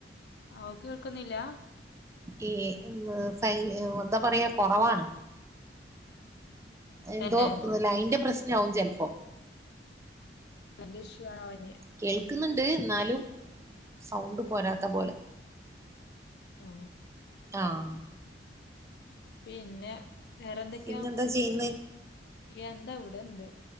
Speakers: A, on the left (about 65°); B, on the right (about 15°).
A: ആഹ് ഓ കേക്ക്ന്നില്ല.
B: ഏഹ് മ് സൈയ് എന്താ പറയാ കൊറവാണ്. എന്തോ
A: തന്നെ
B: ലൈന്റെ പ്രശ്നാവും ചെൽ
A: <unintelligible> ഇഷ്യു <unintelligible> ഞ്
B: കേൾക്ക്ന്ന്ണ്ട് ന്നാലും സൗണ്ട് പോരാത്ത പോലെ.
A: ആ
B: ആഹ്
A: പിന്നെ വേറെന്തെക്ക്യാ
B: പിന്നെന്താ ചെയ്യുന്നേ
A: എന്താവ്ടെണ്ട്.